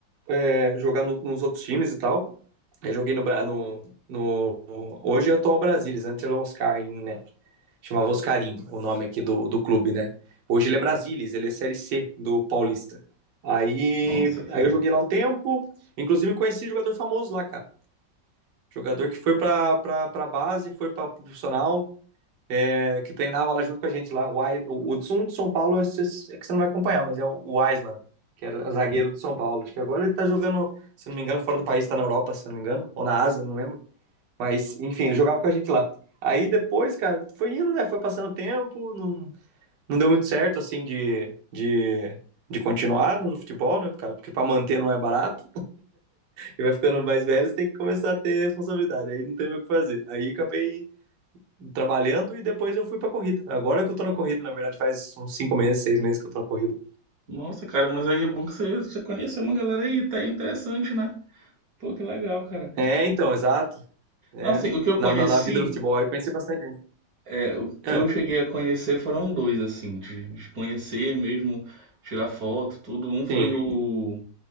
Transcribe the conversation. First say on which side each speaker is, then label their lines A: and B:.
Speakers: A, on the right; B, on the right.
A: é, jogar no- nos outros times e tal. Aí joguei no, Bra- no, no, no- hoje é o atual Brasilis, antes era o Oscarim, né? Chamava Oscarim, o nome aqui do, do clube, né? Hoje ele é Brasilis, ele é Série C do Paulista. Aí,
B: Nossa, cara.
A: aí eu joguei lá um tempo, inclusive conheci um jogador famoso lá, cara. Jogador que foi para a base, foi para profissional, é, que treinava lá junto com a gente lá. O, o, o de São Paulo é, é que você não vai acompanhar, mas é o Island, que era zagueiro de São Paulo. Acho que agora ele está jogando, se não me engano, fora do país, está na Europa, se não me engano, ou na Ásia, não lembro. Mas, enfim, ele jogava com a gente lá. Aí depois, cara, foi indo, né? Foi passando o tempo, não, não deu muito certo, assim, de, de, de continuar no futebol, né, cara? Porque para manter não é barato. E vai ficando mais velho, você tem que começar a ter responsabilidade. Aí não tem mais o que fazer. Aí acabei trabalhando e depois eu fui pra corrida. Agora que eu tô na corrida, na verdade, faz uns cinco meses, seis meses que eu tô na corrida.
B: Nossa, cara, mas aí é bom que você, você conheceu uma galera aí, tá aí interessante, né? Pô, que legal, cara.
A: É, então, exato. É.
B: Não, assim, o que eu conheci,
A: Na, na, na vida do futebol, eu pensei bastante. nisso.
B: é, o que
A: Ah,
B: eu cheguei a conhecer foram dois, assim, de, de conhecer mesmo, tirar foto, tudo. Um foi
A: sim.
B: o,